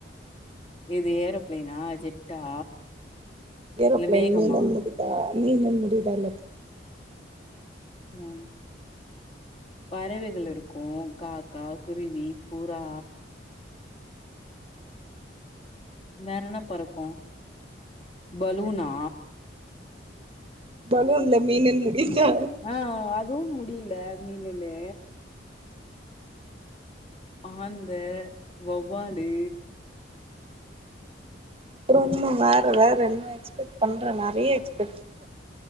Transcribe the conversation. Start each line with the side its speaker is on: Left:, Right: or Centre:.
Left: இது ஏரோப்ளேனா ஜெட்டா
Right: ஏரோப்ளேன்
Left: இல்ல மேகமா
Right: மீன்ல முடிதா மீன்ல முடிதா <unintelligible>
Left: ம் பறவைகள் இருக்கும் காக்கா குருவி புறா வேற என்ன பறக்கு பலூனா
Right: பலூன்ல மீனுனு முடியுதா
Left: ஆ அதுவும் முடியில மீனுன்னு ஆந்த வவ்வாலு
Right: அப்றோமா வேற வேற இன்னும் எக்ஸ்பெக்ட் பண்ற நெறைய எக்ஸ்பெக்ட் பண்